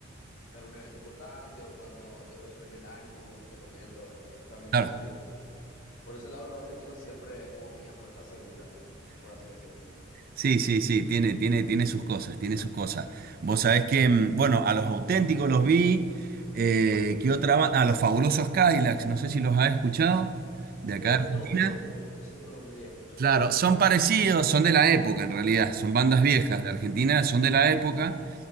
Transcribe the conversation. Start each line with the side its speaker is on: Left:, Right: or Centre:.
Left: de algún evento importante o cuando tengo que subirme el ánimo, como te comento, ¿verdad? Realmente
Right: claro.
Left: me... Por ese lado el rock argentino siempre es como mi apuesta segura, por así decirlo.
Right: Sí, sí, sí, tiene, tiene, tiene sus cosas, tiene sus cosas. Vos sabés que, mm, bueno, a los auténticos los vi, eh, ¿qué otra banda? A los fabulosos Cadillacs, no sé si los has escuchado, de acá
Left: Eh,
Right: de Argentina.
Left: no, eso no, eso no, no llegué a escuchar.
Right: Claro, son parecidos, son de la época en realidad, son bandas viejas de Argentina, son de la época.